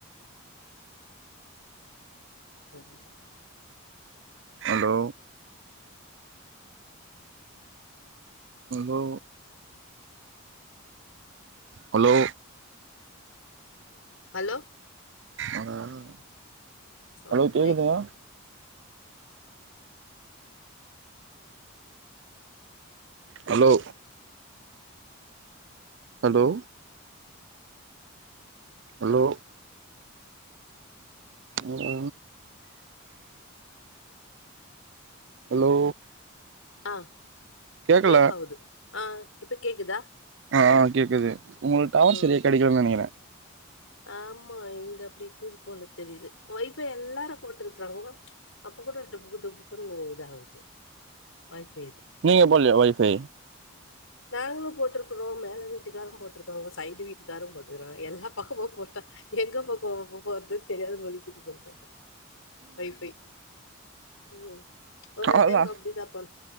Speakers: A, on the left (about 75°); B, on the right (about 55°).
A: ஆஹ
B: ஹலோ ஹலோ ஹலோ
A: ஹலோ
B: ஆ அ
A: ஆ
B: ஹலோ கேக்குதுங்களா
A: பிரேக்
B: ஹலோ ஹலோ ஹலோ ஆ ஹலோ
A: அ
B: கேக்கல
A: பிரேக் ஆவுது ஆ இப்ப கேக்குதா
B: அ அ கேக்குது உங்குளுக் டவர்
A: ம்
B: செரியா கெடைக்கிலன் நெனைக்கிறே
A: ஆமா இங்க அப்டி இக்குது போல தெரிது ஒய்ஃபை எல்லாரு போட்ருக்றாங்கோ அ இப்ப கூட டுபுக்கு டுபுக்குன்னு இதாவுது ஒய்ஃபை
B: நீங்க போட்லியா ஒய்ஃபை
A: நாங்களு போட்ருக்குறோ மேல வீட்டுக்காரும் போட்ருக்காங்கோ சைடு வீட்டுக்காரும் போட்டுகறாங் எல்லா பக்கமு போட்டா எங்க பக்கோ குப்போறது தெரியாத முழிக்குது <inaudible> ஒய்ஃபை ம் ஒரு
B: அவுள்தா
A: டைம் அப்டிதா பண்